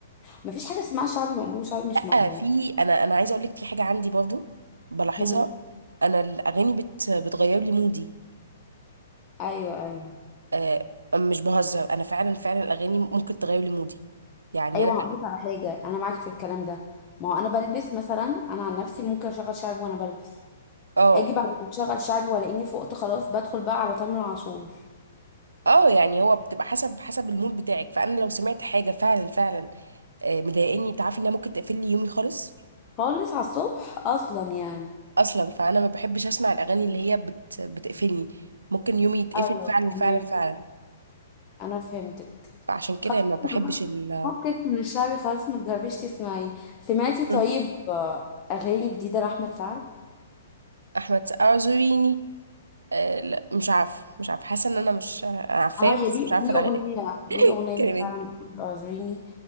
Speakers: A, on the left; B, on the right.
A: مفيش حاجه اسمها شعبي مقبول وشعبي مش مقبول
B: لا في انا انا عايزة اقول لك في حاجة عندي برضو بلاحظها
A: هم.
B: انا الاغاني بت... بتغير لي مودي
A: ايوه ايوه
B: آه مش بهزر انا فعلا فعلا الاغاني ممكن تغير لي مودي يعني
A: ايوه
B: انا
A: هقول لك على حاجه انا معاكي في الكلام ده ما هو انا بلبس مثلا انا عن نفسي ممكن اشغل شعبي وانا بلبس
B: اه
A: اجي بعد ما اشغل شعبي والاقيني فقت خلاص بدخل بقى على تامر عاشور
B: اه يعني هو بتبقى حسب حسب المود بتاعك فانا لو سمعت حاجه فعلا فعلا آه مضايقاني تعرفي انها ممكن تقفل لي يومي خالص
A: خالص على الصبح اصلا يعني
B: اصلا فانا ما بحبش اسمع الاغاني اللي هي بت بتقفلني ممكن يومي يتقفل
A: ايوه
B: فعلا
A: فهماكي
B: فعلا فعلا
A: انا فهمتك
B: فعشان كده ما بحبش
A: هو-
B: ال
A: فكك من الشعبي خالص ما تجربيش تسمعيه سمعتي طيب
B: مم.
A: آه، اغاني جديده لاحمد سعد
B: احمد سقا اعذريني آه لا مش عارفه مش عارفه حاسه ان انا مش عارفاه
A: اه يا
B: بس
A: ليه
B: مش عارفه
A: ليه
B: الأغ-
A: اغنيه ليه
B: <laughs>
A: اغنيه
B: الكلمات
A: فعلا بتقول اعذريني